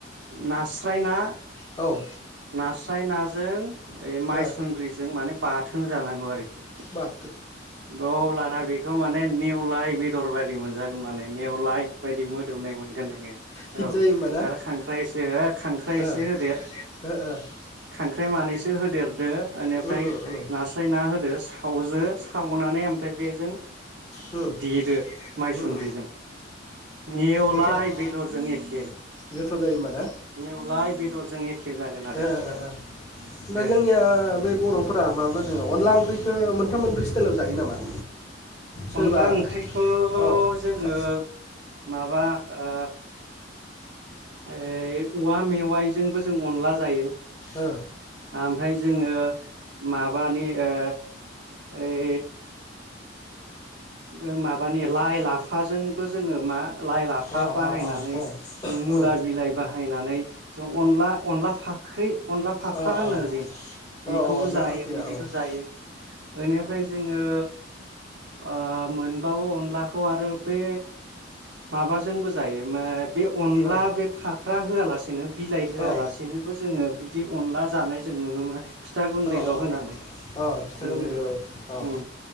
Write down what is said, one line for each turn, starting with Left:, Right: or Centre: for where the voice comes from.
Right: नास स्राइना
Left: औ।
Right: नास्राय नाजों ओइ माइसुन्द्रिजों
Left: हो
Right: माने बाथोन जानांगौ आरोखि।
Left: बा
Right: औ लाना बेखौ माने नेवलाइ बेदर बायदि मोनजागोन माने नेवलाय बायदि मोदोमनाय मोनगोन नोङो
Left: हिट
Right: औ
Left: जायो होमबा ना
Right: आरो खांख्राइ एसे हो खांख्राइ एसे
Left: ओ
Right: होदेर
Left: ओ
Right: खांख्राइ
Left: ओ
Right: मानैस सो होदेरदो ओनिफ्राय
Left: ओ उम
Right: नास्राय ना होदो सावजो अनानै ओमफ्राय बेजों
Left: उम
Right: देदो माइसुन्द्रिजों
Left: उम ओ
Right: नेवलाय
Left: गोथाव
Right: बेदरजों एखे
Left: गोथाव जायो होनबा ना
Right: नेवलाय बेदरजों एखे जागोन आरो
Left: ओ ओ ओमबा
Right: ओ
Left: जोंनिया बै बर'फ फोरा माबोरै अनला ओंख्रिखौ मोनथाम मोनब्रै स्टाइलाव जायो नामा? सोरबा
Right: अनला ओंख्रिखौ
Left: अ
Right: जोङो
Left: खा
Right: माबा ओ ओ औवा मेवाइजोंबो जों अनला जायो।
Left: ओ
Right: आमफ्राय जो जोङो माबानि ओ ओइ ओ माबानि लाइ लाफाजोंबो जोङो मा लाइ लाफा
Left: अ
Right: बाहायनानै
Left: अ औ औ
Right: जों मुला बिलाइ बाहायनानै जों अनला अनला फाख्रि अनला फाख्रा
Left: अ
Right: होनो
Left: अ
Right: जे बेखौबो
Left: औ औ अनला
Right: जायो
Left: फाख्रिया
Right: बिदिखौ
Left: औ ओ
Right: जायो ओनिफ्राय जोङो ओ मोनबावो अनलाखौ आरो बे माबाजोंबो जायो मो बे अनला
Left: ओ
Right: बे फाख्रा होआलासेनो बिलाइ होआलासेनोबो
Left: ओ
Right: जोङो बि दि अनला जानाय जों नुनो मोना फिथा गुन्दैल'
Left: औ औ
Right: होनानै
Left: अ फिथा
Right: जोङो
Left: गुन्दै होबाय औ
Right: उम